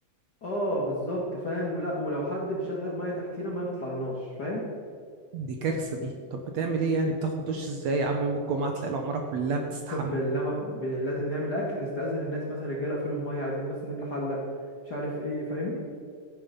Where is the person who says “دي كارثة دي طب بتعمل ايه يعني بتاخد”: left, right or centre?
Right